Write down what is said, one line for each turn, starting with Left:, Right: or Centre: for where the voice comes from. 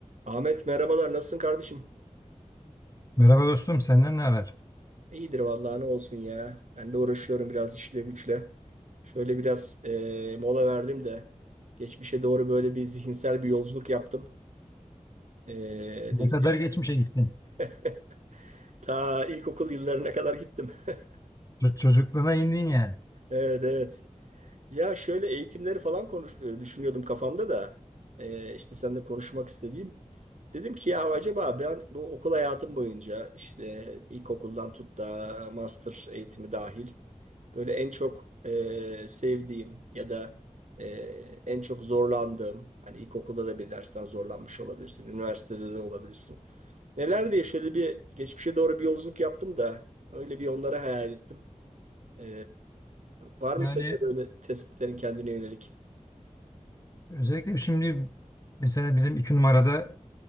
Right: Ahmet merhabalar nasılsın kardeşim?
Left: Merhaba dostum, senden ne haber?
Right: İyidir vallahi ne olsun ya. Ben de uğraşıyorum biraz işle güçle. Şöyle biraz e, mola verdim de geçmişe doğru böyle bir zihinsel bir yolculuk yaptım. E,
Left: Ne
Right: dedim
Left: kadar
Right: ya
Left: geçmişe gittin?
Right: <laughs> ta ilkokul yıllarına kadar gittim. <laughs>
Left: Ç- Çocukluğuna indin yani.
Right: Evet evet. Ya şöyle eğitimleri falan konuş e, düşünüyordum kafamda da e, işte seninle konuşmak istediğim. Dedim ki ya acaba ben bu okul hayatım boyunca işte ilkokuldan tut da master eğitimi dahil Böyle en çok e, sevdiğim ya da e, en çok zorlandığım, hani ilkokulda da bir dersten zorlanmış olabilirsin, üniversitede de olabilirsin. Neler diye şöyle bir geçmişe doğru bir yolculuk yaptım da öyle bir onları hayal ettim. E, var mı
Left: Yani
Right: senin de böyle tespitlerin kendine yönelik?
Left: özellikle şimdi mesela bizim iki numarada